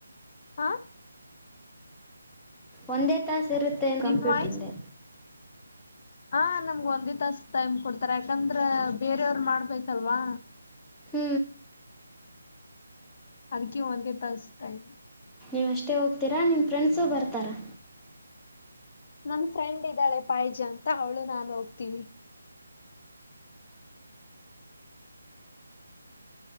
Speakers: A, on the left; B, in the centre.
A: ಹಾ.
B: ಒಂದೇ ತಾಸ್ ಇರುತ್ತೆ
A: ನಿನ್
B: ಕಂಪ್ಯೂಟರ್
A: ವಾಯ್ಸ್
B: ಹಿಂದೆ.
A: ಹಾ ನಮ್ಗೆ ಒಂದೇ ತಾಸು ಟೈಮ್ ಕೊಡ್ತಾರ ಯಾಕಂದ್ರೆ ಬೇರೆಯವರು ಮಾಡ್ಬೇಕಲ್ವಾ.
B: ಹು
A: ಅದಕ್ಕೆ ಒಂದೇ ತಾಸು ಟೈಮ್.
B: ನೀವು ಅಷ್ಟೇ ಹೋಗ್ತೀರಾ ನಿಮ್ಮ ಫ್ರೆಂಡ್ಸು ಬರ್ತಾರಾ.
A: ನಮ್ಮ ಫ್ರೆಂಡ್ ಇದ್ದಾಳೆ ಪಾಯಜ ಅಂತ ಅವಳು ನಾನು ಹೋಗ್ತೀವಿ.